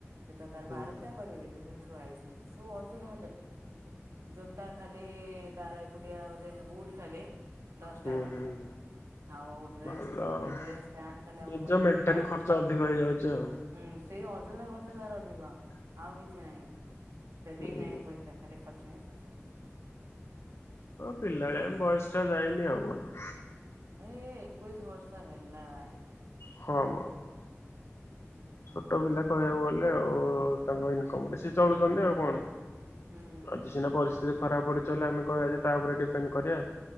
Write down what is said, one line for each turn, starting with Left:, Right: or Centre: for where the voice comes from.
Right: ସେ ତ ତାର
Left: ହୁଁ
Right: ବାହାରକୁ ଯାଏ ଆଉ କରିବ କିମତି ସେମିତି ଛୁଆ ହେଇ ସବ ଅଜଜ ଜୋତା ଖାଲି ତାର ଏକୁଟିଆ ବୁଟ ଖାଲି। ଦଶଟା
Left: ହୁଁ
Right: ଖଣ୍ଡେ
Left: ହୁଁ।
Right: ଆଉ ଡ୍ରେସ୍
Left: ଭଲ
Right: ସେମିତି
Left: ଆଉ
Right: ଡ୍ରେସ୍ ପ୍ୟାଣ୍ଟ ଖାଲି ଆମ
Left: ନିଜ
Right: ଘର ଭିତରେ
Left: ମେଣ୍ଟେନ
Right: ତାରି।
Left: ଖର୍ଚ୍ଚ ଅଧିକ ହେଇଯାଉଛି ଆଉ।
Right: ହୁଁ ସେଇ ଅଜଥା ଖର୍ଚ୍ଚ ତାର ଅଧିକ ଆଉ କିଛି ନାହିଁ।
Left: ହୁଁ।
Right: ସେଭିଙ୍ଗ ନାହିଁ ପଇସା ଖାଲି ଖର୍ଚ ହିଁ ଖର୍ଚ୍ଚ ହଉଛି।
Left: ଓ ପିଲାଳିଆ ବୟସ ଟା ଯାଇନି ଆଉ କଣ।
Right: ନ ଏକୋଇଶି ବର୍ଷ ହେଲା ଆଜ୍ଞା।
Left: ହଁ ମ।
Right: ହୁଁ।
Left: ଛୋଟ ପିଲା କହିବାକୁ ଗଲେ। ଆଉ ତାଙ୍କ ଇନକମ ରେ ସିଏ ଚଳୁଛନ୍ତି ଆଉ କଣ।
Right: ହୁଁ।
Left: ଆଜି ସିନା ପରିସ୍ଥିତି ଖରାପ ପଡ଼ିଛି ବୋଲି ଆମେ କହିବା ଯେ ତା ଉପରେ ଡିପେଣ୍ଡ କରିବା